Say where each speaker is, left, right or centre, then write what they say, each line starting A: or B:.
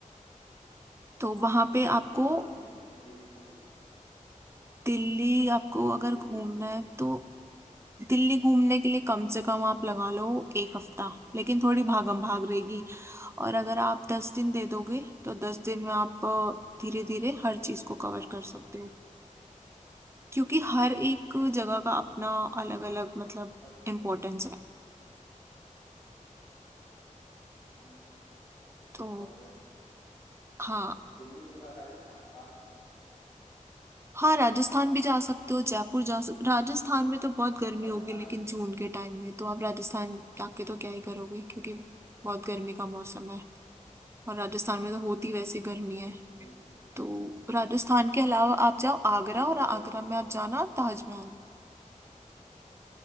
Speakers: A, on the right (about 20°); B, on the left (about 25°).
A: तो वहां पे
B: आ,
A: आपको
B: दिल्ली कितने दिन में विजिट मतलब
A: दिल्ली आपको अगर
B: दिल्ली
A: घूमना
B: घूमने
A: है तो दिल्ली घूमने के लिए कम से कम आप लगा लो एक हफ्ता लेकिन थोड़ी भागम भाग रहेगी और अगर आप दस दिन दे दोगे तो दस दिन में आप धीरे धीरे हर चीज को कवर
B: हाँ
A: कर सकते हो क्योंकि हर एक जगह का अपना अलग
B: अच्छा
A: अलग
B: जी
A: मतलब
B: और
A: इम्पोर्टेंस है
B: हम्म, हम्म।
A: तो
B: और
A: हाँ
B: दिल्ली के बाद राजस्थान पास में ही है
A: हाँ राजस्थान भी जा सकते हो जयपुर जा सकते राजस्थान
B: सही
A: में
B: है
A: तो बहुत गर्मी
B: राजस्थान
A: होगी लेकिन जून के टाइम में तो आप राजस्थान जाके तो क्या ही करोगे क्योंकि बहुत गर्मी का मौसम है और राजस्थान में तो होती वैसे गर्मी है
B: जी जी अच्छा
A: तो राजस्थान के अलावा आप जाओ आगरा
B: एक
A: और आगरा में आप जाना ताजमहल